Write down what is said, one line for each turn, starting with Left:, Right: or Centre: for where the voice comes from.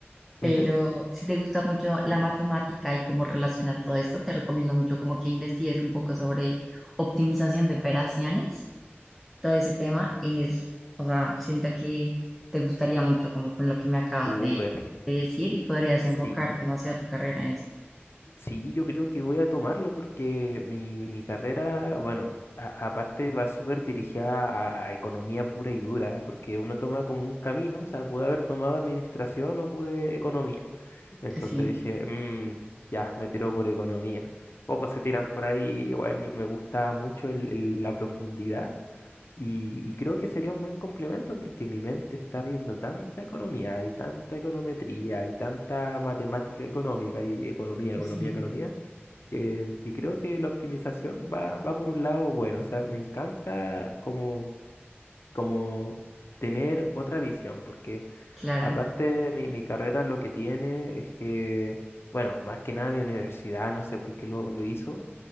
Centre: Pero
Left: Ujú.
Centre: si te gusta mucho la matemática y cómo relacionar todo esto, te recomiendo mucho como que investigues un poco sobre optimización de operaciones. Todo ese tema es, o sea, siento que te gustaría mucho como con lo que me acabas
Left: Súper,
Centre: de, de decir y podrías
Left: sí.
Centre: enfocar demasiado tu carrera en eso.
Left: Sí, yo creo que voy a tomarlo porque mi, mi carrera, bueno, a- aparte va súper dirigida a, a economía pura y dura, porque uno toma como un camino, o sea, pude haber tomado administración o pude economía. Entonces
Centre: Sí,
Left: dije, "Mm, ya, me tiro por economía. Pocos se tiran por ahí, igual me me gusta mucho el- el- la profundidad y, y creo que sería un buen complemento porque mi mente está viendo tanta economía y tanta econometría y tanta matemática económica y economía, economía,
Centre: sí,
Left: economía que, que creo que la optimización va, va por un lado bueno, o sea, me encanta como, como tener otra visión, porque
Centre: claro,
Left: Aparte, mi, mi carrera lo que tiene es que, bueno, más que nada mi universidad, no sé por qué lo, lo hizo,